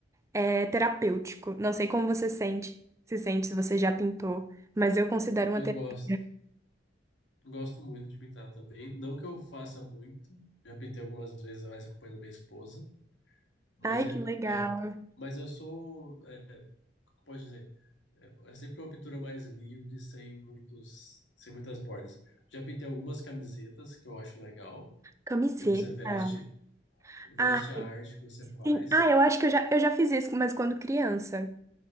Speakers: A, on the right (about 15°); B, on the left (about 80°).
A: é terapêutico. Não sei como você sente, se sente, se você já pintou, mas eu considero
B: Eu
A: uma terapia.
B: gosto, gosto muito de pintar também. Não que eu faça muito, já pintei algumas vezes, mais acompanhando minha esposa, mas,
A: Ai,
B: é,
A: que legal.
B: é, mas eu sou, é, como pode dizer? É é sempre uma pintura mais livre, sem muitos, sem muitas bordas. Já pintei algumas camisetas que eu acho legal,
A: Camiseta.
B: que você veste, veste
A: Ah,
B: a arte que você faz.
A: sim. Ah, eu acho que eu já, eu já fiz isso, mas quando criança.